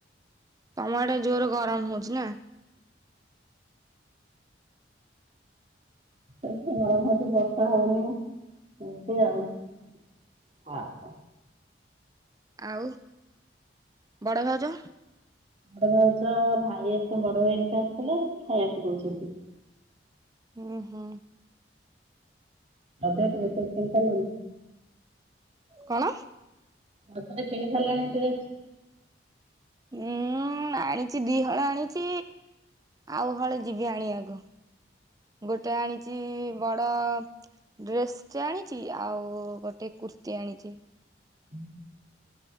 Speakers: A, on the right; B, on the right.
A: ତମ ଆଡେ ଜୋର ଗରମ ହୁ ବୁଝିଲ
B: ଏଠି ଗରମ ହଉଛି ବର୍ଷା ହଉନି ଏମତି ଆଉ
A: ଆଉ ବଡ ଭାଉଜ?
B: ବଡ ଭାଉଜ ଭାଇ ଆସଛନ୍ତି ବଡ ଭାଇ ଏନିକା ଆସିଲେ ଖାଇବାକୁ ଦଉଛନ୍ତି।
A: ହୁଁ ହୁଁ
B: ରଜ ଡ୍ରେସ୍ ଫ୍ରେଶ୍ କିଣି ସାରିଲୁଣି?
A: କଣ?
B: ରଜରେ କିଣି ସାରିଲେଣି ଡ୍ରେସ
A: ହୁଁ ଆଣିଛି ଦିହଳ ଆଣିଛି ଆଉହଳେ ଯିବି ଆଣିବାକୁ, ଗୋଟେ ଆଣିଛି ବଡ ଡ୍ରେସ ଟେ ଆଣିଛି ଆଉ ଗୋଟେ କୁର୍ତିୀ ଆଣିଛି।
B: ହୁଁ